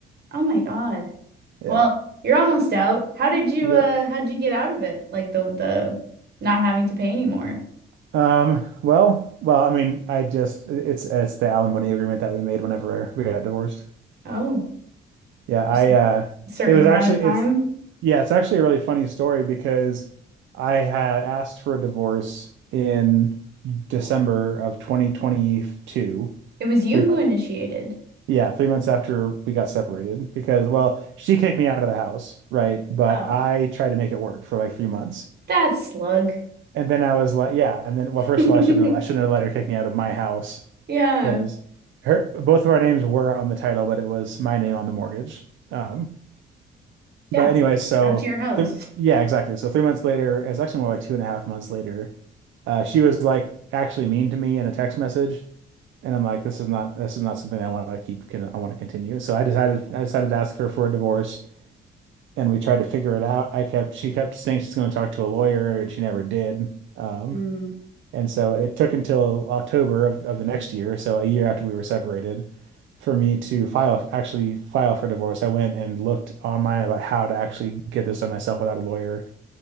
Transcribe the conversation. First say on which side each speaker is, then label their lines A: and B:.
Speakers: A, on the right; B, on the right.
A: oh my God.
B: yeah.
A: Well, you're almost out. How did you
B: Yep.
A: uh how did you get out of it? Like the the not having to pay anymore.
B: Um, well, well, I mean, I just it's it's the alimony agreement that we made whenever we got divorced.
A: Oh,
B: Yeah, I
A: just a
B: uh
A: certain
B: it was
A: amount
B: actually
A: of time.
B: it's yeah, it's actually a really funny story because I had asked for a divorce in December of 2022,
A: It was you
B: three
A: who
B: months
A: initiated.
B: yeah, three months after we got separated because well, she kicked me out of the house, right? But
A: Oh,
B: I tried to make it work for like three months.
A: that's slug.
B: And then I was like, yeah, and then well,
A: <laughs>
B: first of all, I shouldn't have, I shouldn't have let her kick me out of my house
A: Yeah.
B: because her both of our names were on the title, but it was my name on the mortgage. Um, But
A: Yes.
B: anyway, so
A: That's your house.
B: three, yeah, exactly. So three months later, it's actually more like two and a half months later, uh, she was like actually mean to me in a text message, and I'm like, this is not this is not something I want to keep. Can I want to continue? So I decided I decided to ask her for a divorce, and we tried to figure it out. I kept she kept saying she's going to talk to a lawyer, and she never did. Um,
A: Hmm.
B: and so it took until October of, of the next year, so a year after we were separated, for me to file, actually file for divorce. I went and looked online about how to actually get this done myself without a lawyer.